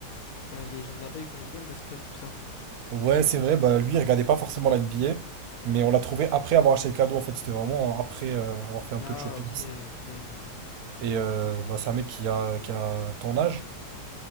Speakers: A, on the left; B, on the right.
A: enfin, les gens de là-bas, ils connaissent bien le basket, tout ça.
B: Ouais, c'est vrai, bah, lui, il regardait pas forcément la NBA, mais on l'a trouvé après avoir acheté le cadeau, en fait. C'était vraiment euh, après euh, avoir fait un
A: Ah,
B: peu de shopping.
A: ok, ok, je vois.
B: Et euh, bah, c'est un mec qui a, qui a ton âge.